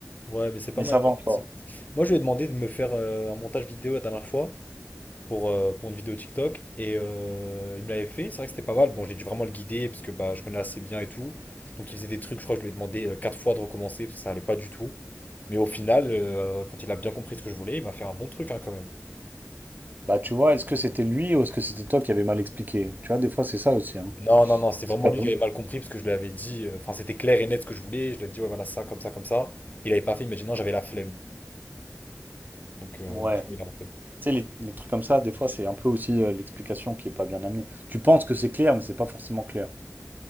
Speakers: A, on the left; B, on the right.
A: Ouais, mais c'est pas
B: Mais
A: mal.
B: ça va encore.
A: C'est- Moi je lui ai demandé de me faire euh, un montage vidéo la dernière fois pour, euh, pour une vidéo TikTok et euh, il me l'avait fait, c'est vrai que c'était pas mal. Bon j'ai dû vraiment le guider parce que bah je connais assez bien et tout. Donc il faisait des trucs, je crois que je lui ai demandé euh, quatre fois de recommencer parce que ça allait pas du tout. Mais au final, euh, quand il a bien compris ce que je voulais, il m'a fait un bon truc hein, quand même.
B: Bah, tu vois, est-ce que c'était lui ou est-ce que c'était toi qui avais mal expliqué? Tu vois, des fois, c'est ça aussi, hein.
A: Non, non, non, c'était vraiment
B: C'est pas
A: lui
B: bon.
A: qui avait mal compris parce que je lui avais dit, euh, enfin, c'était clair et net ce que je voulais. Je lui avais dit, ouais, voilà, ça, comme ça, comme ça. Il avait pas fait, il m'a dit, non, j'avais la flemme. Donc, euh,
B: Ouais.
A: après, il a refait.
B: Tu sais, les, les trucs comme ça, des fois, c'est un peu aussi euh, l'explication qui est pas bien amenée. Tu penses que c'est clair, mais c'est pas forcément clair.